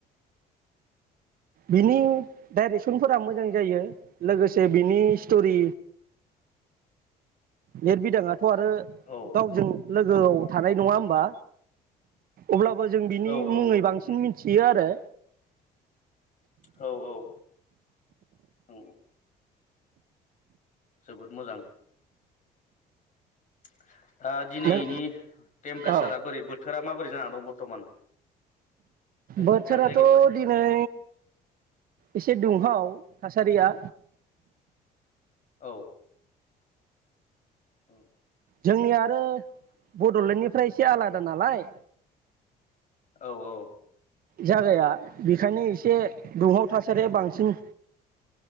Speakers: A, on the right (about 60°); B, on the left (about 50°).
A: बिनि डाइरेक्सनफोरा मोजां जायो लोगोसे बिनि स्ट'रि लिरबिदाङा थ' आरो
B: औ
A: गावजों लोगोआव थानाय नङा होमबा अब्लाबो जों बिनि
B: औ औ
A: मुङै बांसिन
B: उम
A: मिथियो आरो
B: औ औ औ जोबोद मोजां <inaudible> दा दिनैनि
A: नों
B: टेम्पारेसारा
A: औ
B: बोरै बोथोरा माबोरै जानानै बर्थमान नोंथां
A: बोथोराथ'
B: थानाय जायगायाव
A: दिनै एसे दुंहाव थासारिया
B: औ औ
A: जोंनि आरो बड'लेण्डनिफ्राय एसे आलादा नालाय
B: औ औ
A: जागाया बेखायनो एसे दुंहाव थासारिया बांसिन